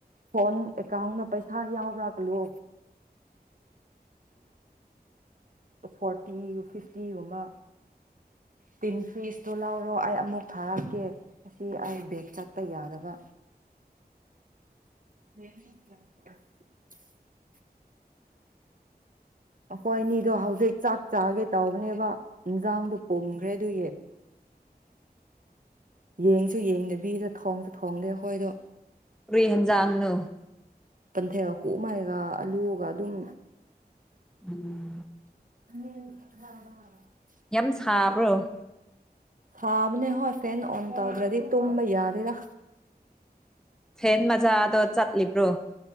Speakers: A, on the right (about 55°); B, in the centre.
A: ꯐꯣꯟ ꯑꯦꯀꯥꯎꯟꯗ ꯄꯩꯁꯥ ꯌꯥꯎꯕ꯭ꯔꯥ ꯀꯜꯂꯣ ꯐꯣꯔꯇꯤ ꯐꯤꯐꯇꯤꯒꯨꯝꯕ ꯇꯤꯟ ꯄꯤꯁꯇꯣ ꯂꯥꯎꯔꯣ ꯑꯩ ꯑꯃꯨꯛ ꯊꯥꯔꯛꯀꯦ ꯑꯁꯤ ꯑꯩ ꯕꯦꯒ ꯆꯠ <unintelligible> ꯌꯥꯗꯕ <unintelligible> ꯑꯩꯈꯣꯏꯅꯤꯗꯣ ꯍꯧꯖꯤꯛ ꯆꯥꯛ ꯆꯥꯒꯦ ꯇꯧꯕꯅꯦꯕ ꯏꯟꯁꯥꯡꯗꯣ ꯄꯨꯝꯈ꯭ꯔꯦ ꯑꯗꯨꯒꯤ ꯌꯦꯡꯁꯨ ꯌꯦꯡꯗꯕꯤꯗ ꯊꯣꯡꯁꯨ ꯊꯣꯡꯗꯦ ꯑꯩꯈꯣꯏꯗꯣ
B: ꯀꯔꯤ ꯌꯦꯟꯖꯥꯡꯅꯣ
A: ꯄꯟꯊꯦꯜ ꯍꯨꯃꯥꯏꯒ ꯑꯂꯨꯒ ꯑꯗꯨꯝ
B: ꯎꯝ
A: <unintelligible>
B: ꯌꯥꯝ ꯁꯥꯕ꯭ꯔꯣ
A: ꯁꯥꯕꯅꯦ ꯍꯣꯏ ꯐꯦꯟ ꯑꯣꯟ ꯇꯧꯗ꯭ꯔꯗꯤ ꯇꯨꯝꯕ ꯌꯥꯗꯦꯗꯥ
B: ꯐꯦꯟ ꯃꯥꯥꯆꯥꯗꯣ <unintelligible> ꯂꯩꯕ꯭ꯔꯣ